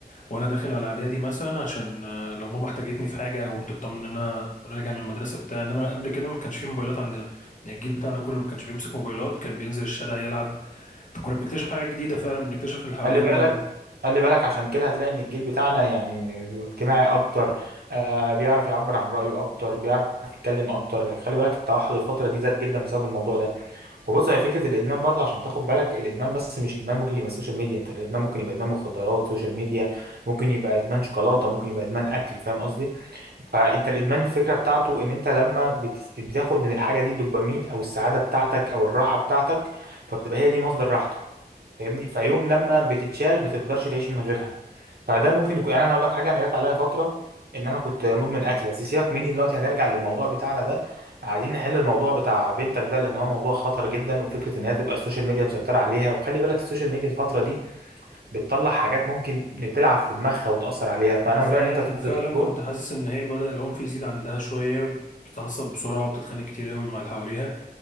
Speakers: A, on the left; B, on the right.
A: وأنا داخل على إعدادي مثلا عشان آه، لو ماما احتاجتني في حاجة أو تطمن إن أنا راجع من المدرسة بتاع إنما قبل كده ما كانش فيه موبايلات عندنا يعني الجيل بتاعنا كله ما كانش بيمسك موبايلات كان بينزل الشارع يلعب فكنا بنكتشف حاجات جديدة فعلا بنكتشف اللي حوالينا
B: خلي بالك خلي بالك عشان كده هتلاقي ان الجيل بتاعنا يعني اجتماعي اكتر آه بيعرف يعبر عن رأيه اكتر بيعرف يتكلم اكتر خلي بالك التوحد الفترة دي زاد جدا بسبب الموضوع ده وبص هي فكرة الادمان برضه عشان تاخد بالك الادمان بس مش ادمان ممكن يبقى السوشيال ميديا انت الادمان ممكن يبقى ادمان مخدرات سوشيال ميديا ممكن يبقى ادمان شوكولاتة ممكن يبقى ادمان اكل فاهم قصدي فانت الادمان الفكره بتاعته ان انت لما بت- بتاخد من الحاجه دي الدوبامين او السعاده بتاعتك او الراحه بتاعتك فبتبقى هي دي مصدر راحتك فاهمني فيوم لما بتتشال ما تقدرش تعيش من غيرها فده ممكن يكون يعني انا اقول لك حاجه انا جت عليا فتره ان انا كنت مدمن اكل بس سيبك مني دلوقتي هنرجع للموضوع بتاعنا ده عايزين نحل الموضوع بتاع بنتك ده لان هو موضوع خطر جدا وفكره ان هي تبقى السوشيال ميديا مسيطره عليها وخلي بالك السوشيال ميديا الفتره دي بتطلع حاجات ممكن تلعب في دماغها وتاثر عليها فانا
A: أنا فعلا
B: من رايي ان انت تروح
A: فعلا
B: للدكتور
A: كنت حاسس إن هي بدأ العنف يزيد عندها شوية بتتعصب بسرعة وبتتخانق كتير قوي مع اللي حواليها